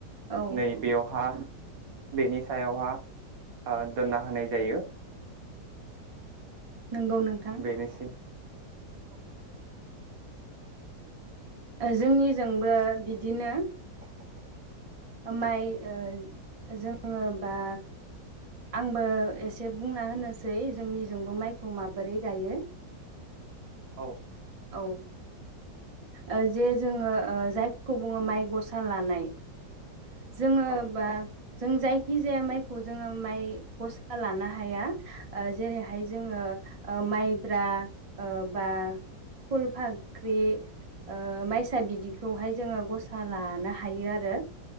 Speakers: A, on the right; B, on the right.
A: औ
B: नै बेयावहा बेनि सायावहा आ दोनना होनाय जायो।
A: नंगौ नोंथां।
B: बेनोसै
A: औ जोंनिजोंबो बिदिनो।
B: <inaudible>
A: माइ ओ जोङो बा आंबो एसे बुंना होनोसै जोंनिजोंबो माइखौ माबोरै गायो।
B: औ
A: औ ओ जे जोङो ओ जायखौ बुङो माइ गसा लानाय। जोङो
B: औ
A: बा जों जायखि जाया माइखौ जोङो माइ गसा लानो हाया ओ जेरैहाय जोङो ओ माइब्रा ओ बा फुल फाख्रि ओ माइसा बिदिखौहाय जोङो गसा लानो हायो आरो